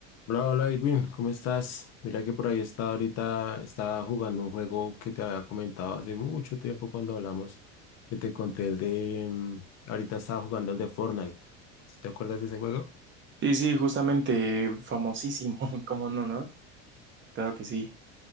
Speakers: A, on the left; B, on the right.
A: Hola, hola Irving, ¿cómo estás? Mira que por ahí estaba ahorita, estaba jugando un juego que te había comentado hace mucho tiempo cuando hablamos, que te conté el de, mm, ahorita estaba jugando el de Fortnite. ¿Sí ¿Te acuerdas de ese juego?
B: Sí, sí, justamente famosísimo, <laughs> ¿cómo no, no? Claro que sí.